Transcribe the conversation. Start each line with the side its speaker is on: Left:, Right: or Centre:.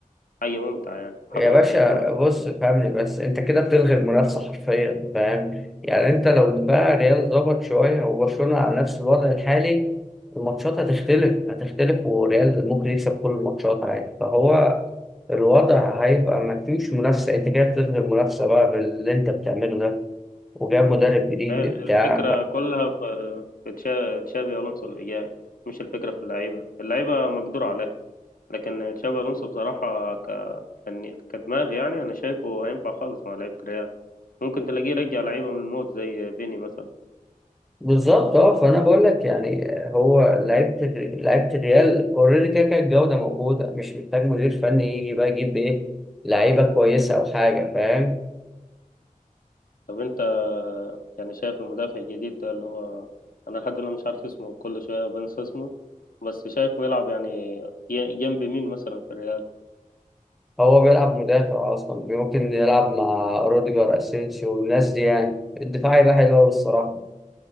Left: حاجه ممتعه يعني حابب
Centre: يا
Left: الماتشات
Centre: باشا
Left: كلها تكون
Centre: بص
Left: كده
Centre: فهمني بس انت كده بتلغي المنافسه حرفيا فاهم يعني انت لو بقى ريال ضغط شويه وبرشلونه على نفس الوضع الحالي الماتشات هتختلف هتختلف وريال ممكن يكسب كل الماتشات عادي فهو الوضع هيبقى ما فيش منافسه انت كده بتلغي المنافسه بقى باللي انت بتعمله ده وجاب مدرب جديد
Left: هي الفكره
Centre: بتاع
Left: كلها في في تشا- تشابي الونسو اللي جاي مش الفكره في اللعيبه اللعيبه مقدور عليها لكن تشابي الونسو بصراحه ك... فني- كدماغ يعني انا شايفه هينفع خالص مع لعيبه الريال ممكن تلاقيه يرجع لعيبه من الموت زي فيني مثلا
Centre: بالظبط اه فانا بقول لك يعني هو لعيبه الر- لعيبه الريال اوريدي كده كده الجوده موجوده مش محتاج مدير فني يجي بقى يجيب ايه لعيبه كويسه او حاجه فاهم
Left: طب انت يعني شايف المدافع الجديد ده اللي هو انا لحد دلوقتي مش عارف اسمه كل شويه بنسى اسمه بس شايفه يلعب يعني ي- جنب مين مثلا في الريال
Centre: هو بيلعب مدافع اصلا ممكن يلعب مع روديجر اسينسيو والناس دي يعني الدفاع يبقى حلو قوي الصراحه